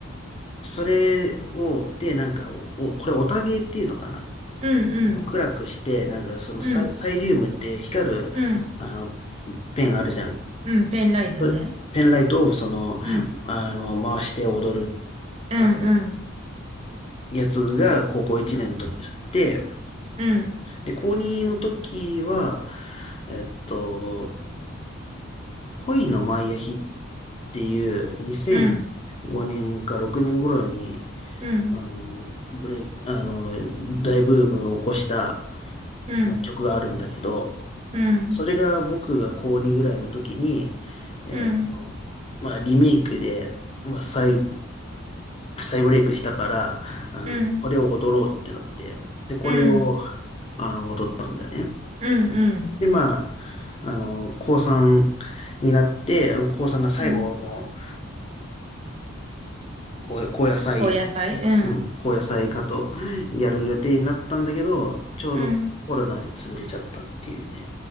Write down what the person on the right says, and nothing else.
うん、うん。
うん。
うん。
うん。ペンライトね。
うん。
うん、
うん。
うん。
うん。うん。
うん。
うん。
うん。
うん。うん。
うん
うんうん。
うん。
高野菜うん。
うん。